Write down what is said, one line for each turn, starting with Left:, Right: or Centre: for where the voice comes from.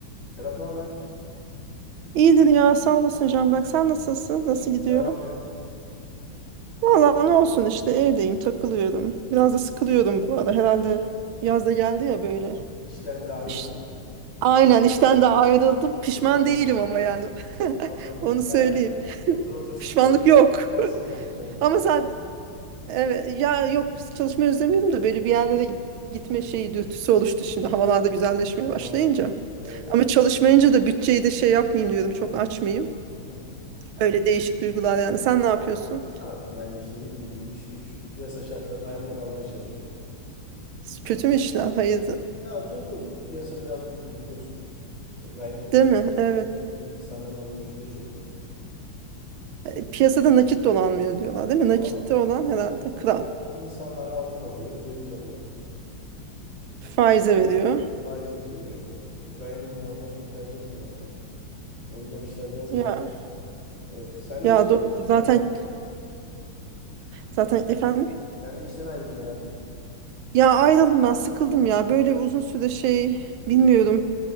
Left: Serap ne haber?
Right: İyidir ya sağ olasın Can bak sen nasılsın nasıl
Left: İyidir,
Right: gidiyor?
Left: ne var ne yok.
Right: Vallahi ne olsun işte evdeyim takılıyorum biraz da sıkılıyorum bu ara herhalde yaz da geldi ya böyle
Left: İş- İşten de ayrıldım.
Right: İş- aynen işten de ayrıldım
Left: Sıkılmaya
Right: pişman değilim
Left: başladım.
Right: ama yani <laughs>
Left: Anladım.
Right: onu söyleyeyim
Left: Ya otur otur sıkılır
Right: pişmanlık
Left: öyle.
Right: yok
Left: Dersin çalışmayı.
Right: <laughs> ama sen evet ya yok çalışmayı özlemiyordum da böyle bir yerlere gitme şeyi dürtüsü oluştu şimdi havalarda güzelleşmeye
Left: Havalarda
Right: başlayınca
Left: ısındı. Evet.
Right: ama
Left: sıkıldım.
Right: çalışmayınca da bütçeyi de şey yapmayayım diyorum çok açmayayım
Left: Hı hı.
Right: öyle değişik duygular yani sen ne yapıyorsun?
Left: Ne yapayım ben de işte bildiğin gibi iş güç. Piyasa şartlarında hayatta kalmaya çalışıyorum.
Right: Kötü mü işler? Hayırdır?
Left: Ya durgun. Piyasa biraz durgun biliyorsun. E, gayrimenkul
Right: Değil
Left: sektörü
Right: mi? Evet.
Left: çok hareketli değil. İnsanların alım gücü de çok yok.
Right: E, Piyasada nakit dolanmıyor diyorlar değil mi? Nakitte
Left: Olandan
Right: olan herhalde kral.
Left: Yani insanlar altın alıyor, döviz alıyor. E,
Right: Faize veriyor.
Left: faize koyuyor. E, gayrimenkul almayı çok tercih etmiyorlar şu an. O yüzden işler biraz yavaş.
Right: Ya
Left: Evet. Sen
Right: ya
Left: de işten
Right: doğru.
Left: ayrıldın
Right: Zaten
Left: herhalde.
Right: zaten efendim.
Left: Sen de işten ayrıldın herhalde.
Right: Ya ayrıldım ben sıkıldım ya. Böyle uzun süre şey bilmiyorum.